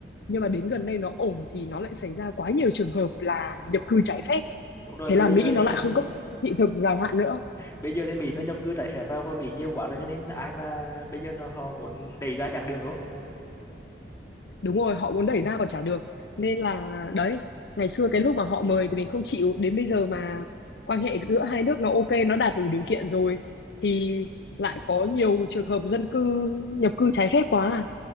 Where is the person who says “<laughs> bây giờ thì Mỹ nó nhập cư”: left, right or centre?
Left